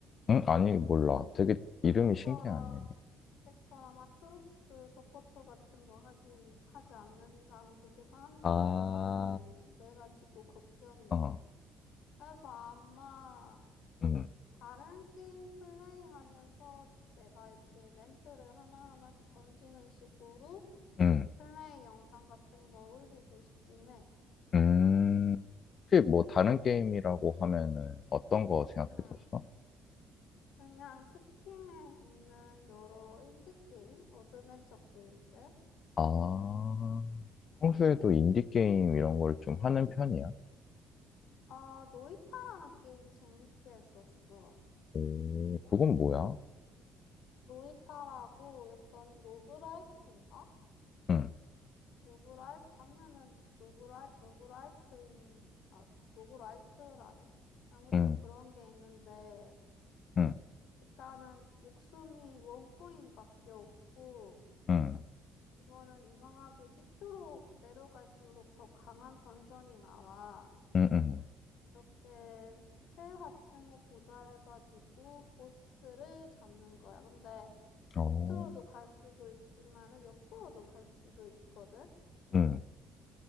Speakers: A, on the left; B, on the left.
A: 응? 아니, 몰라. 되게 이름이
B: 걔처럼
A: 신기하네.
B: 걔처럼 아트록스 서포터 같은 거 하지 하지 않는 이상은 그렇게 사람들이
A: 아,
B: 안 보거든. 그래가지고 걱정이야.
A: 어,
B: 그래서 아마
A: 음,
B: 다른 게임 플레이하면서 내가 이렇게 멘트를 하나하나씩 던지는 식으로
A: 음,
B: 플레이 영상 같은 거 올리고 싶긴 해.
A: 음. 혹시 뭐 다른 게임이라고 하면은 어떤 거 생각해뒀어?
B: 음, 그냥 스팀에 있는 여러 인디 게임, 어드벤처 게임들.
A: 아, 평소에도 인디게임 이런 걸 좀 하는 편이야?
B: 아, 노이타라는 게임 재밌게 했었어.
A: 오, 그건 뭐야?
B: 노이타라고 약간 로그라이크인가?
A: 응,
B: 로그라이크 장르는 로그라이 로그라이크인 아 로그라이트라네. 아무튼
A: 응,
B: 그런 게 있는데
A: 응,
B: 일단은 목숨이 원코인밖에 없고.
A: 응,
B: 이거는 이상하게 밑으로 내려갈수록 더 강한 던전이 나와.
A: 응, 응.
B: 이렇게 최하층에 도달해가지고 보스를 잡는 거야. 근데
A: 어,
B: 밑으로도 갈 수도 있지만은 옆으로도 갈 수도 있거든.
A: 응,